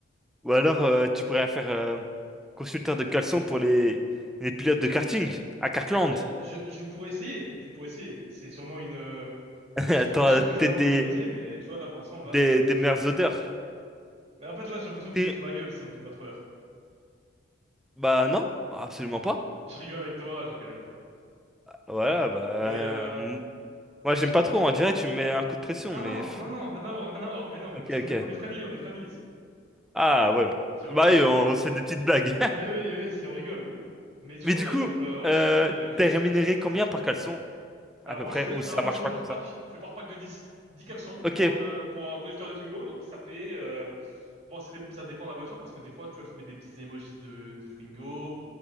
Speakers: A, in the centre; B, on the right.
A: Ou alors euh, tu pourrais faire euh, consulteur de caleçon pour les... les pilotes de karting à Kartland.
B: Ben, je je pourrais essayer, je pourrais essayer. C'est sûrement une euh,
A: <laughs>
B: une exportation
A: T'auras peut-être
B: que je peux avoir
A: des...
B: pour mon métier, mais tu vois là pour l'instant là,
A: Des...
B: ça becte
A: des meilleures
B: pas trop,
A: odeurs.
B: quoi. Mais en fait, là, j'ai l'impression que
A: Et-
B: tu te fous de ma gueule, ça me fait pas trop rire.
A: Bah non, Bah, absolument pas.
B: Je rigole avec toi, je rigole avec toi.
A: Voilà, bah...
B: Mais,
A: euh,
B: euh,
A: m- Moi
B: mais
A: j'aime
B: tu...
A: pas trop, on dirait que tu me mets un coup de pression,
B: Ah
A: mais...
B: non,
A: pff,
B: non, non, rien à voir, rien à voir. Mais non, mais
A: Ok,
B: parce qu'on
A: ok.
B: est, on est friendly, on est friendly ici.
A: Ah ouais.
B: J'avais
A: Bah
B: oublié.
A: oui, on se fait des petites blagues.
B: Mais oui, oui, c'est, on rigole. Mais tu
A: Mais
B: vois,
A: du
B: par
A: coup,
B: exemple, euh, ouais,
A: euh,
B: je suis, euh, je
A: t'es
B: suis
A: rémunéré
B: constructeur
A: combien
B: de...
A: par caleçon,
B: Alors
A: à peu
B: moi
A: près?
B: je fais
A: Ou ça
B: alors moi
A: marche
B: je fais
A: pas
B: par
A: comme
B: pack,
A: ça?
B: je fais par pack de dix 10 caleçons
A: Ok,
B: pour euh, pour un conducteur de Twingo donc ça fait euh, bon c'est dé- ça dépend de la voiture parce que des fois tu vois je mets des petits emojis de de Twingo.